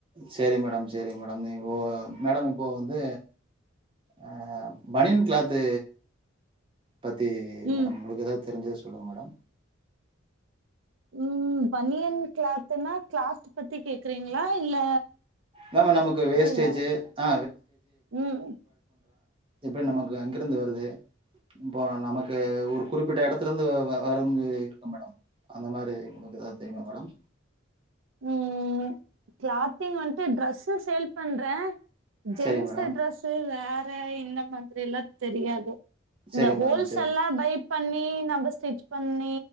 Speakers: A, on the right (about 25°); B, on the right (about 75°).
A: சரி மேடம் சரி மேடம் நீ இ மேடம் இப்போ வந்து ஆ பனியன் கிளாத்து பத்தி
B: ம்
A: மேடம் உங்களுக்கு எதா தெரிஞ்ச சொல்லுங்க மேடம்
B: உம் பன்னியன் கிளாத்துன்னா கிளாத் பத்தி கேக்குறீங்ளா இல்ல
A: மேம் நமக்கு
B: புரியல
A: வேஸ்டேஜ் ஆ
B: உம்
A: எப்டி நமக்கு எங்கிருந்து வருது இப்போ நமக்கு ஒரு குறிப்பிட்ட எடத்துல இருந்து வரும் இருக்கு மேடம் அந்த மாரி எதாவது தெரியுமா மேடம்
B: உம் கிளாத்திங் வந்துட்டு ட்ரெஸ்ஸு சேல் பண்றே ஜென்ஸு
A: சரி மேடம்
B: ட்ரெஸ்ஸு வேற இந்த மாதிரி எல்லா தெரியாது இந்த
A: சரி
B: ஹோல்ஸ்
A: மேடம் சரி
B: எல்லா பை பண்ணி நம்ம ஸ்டிச் பண்ணி